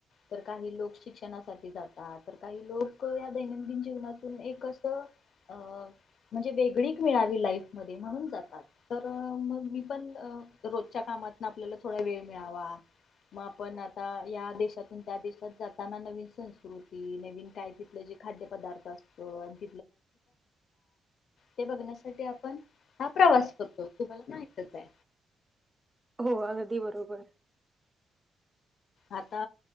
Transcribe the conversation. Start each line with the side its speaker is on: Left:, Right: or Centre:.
Left: तर काही लोक शिक्षणासाठी जातात तर काही लोक या दैनंदिन जीवनातून एक असं अ म्हणजे वेगळीक मिळावी लाईफ मध्ये म्हणून जातात तर मग मी पण रोजच्या कामातनं आपल्याला थोडा वेळ मिळावा मग आपण आ या देशातून त्या देशात जाताना नवीन संस्कृती नवीन काही तिथलं जे खाद्य पदार्थ असतील ते बघण्यासाठी आपण हा प्रवास करतो तुम्हाला माहितच आहे
Right: हो अगदी बरोबर.
Left: आता